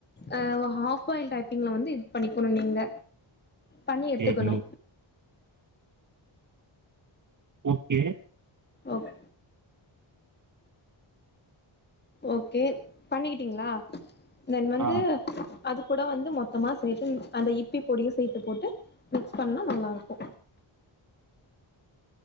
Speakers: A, on the left; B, on the right.
A: அ வ ஹாஃப் பாயில் டைப்பிங்ல வந்து இது பண்ணிக்கணு நீங்க பண்ணி எடுத்துக்கணு
B: சரி ஓகே
A: ஓக் ஓகே பண்ணிக்கிட்டீங்ளா தென் வந்து
B: ஆ
A: அது கூட வந்து மொத்தமா சேத்து அந்த இப்பி பொடியு சேத்து போட்டு மிக்ஸ் பண்ணா நல்லாருக்கு